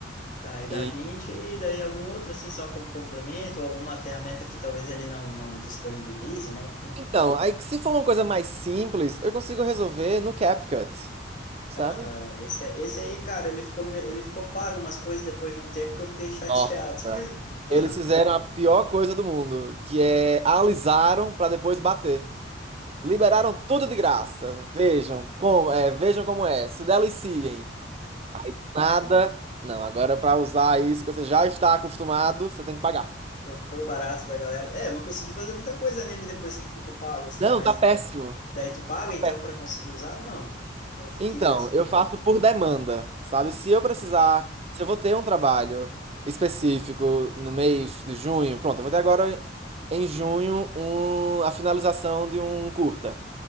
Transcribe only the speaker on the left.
Daí dá
20 e daí algum outro, assim, só como complemento, ou alguma ferramenta que talvez ele não, não disponibilize, né? Enfim.
Aham, esse, esse aí, cara, ele ficou, me- ele ficou pago umas coisas depois de um tempo que eu fiquei chateado.
<laughs> Ah,
cortou barato da galera. É, eu não consegui fazer muita coisa nele depois que ficou pago, assim,
mas
daí tu paga
então
para conseguir usar ou não? Ou fica
assim,
não?
Uhum,